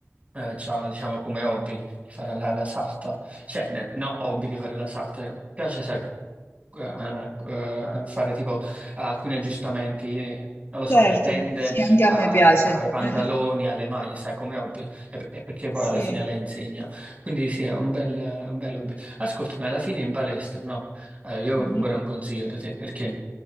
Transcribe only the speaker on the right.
eh, c'ha, diciamo, come hobby di fare la, la sarta, cioè, ne- no, hobby di fare la sarta, piace, sai, eh, eh, fare tipo eh, alcuni aggiustamenti, eh, non lo so,
alle tende,
a-
a- ai pantaloni,
alle maglie, sai, come hobby, e, e perché poi
alla fine lei insegna. Quindi sì, è un bel, è un bel hobby. Ascoltami, alla fine in palestra, no? Eh, io
vorrei un consiglio da te, perché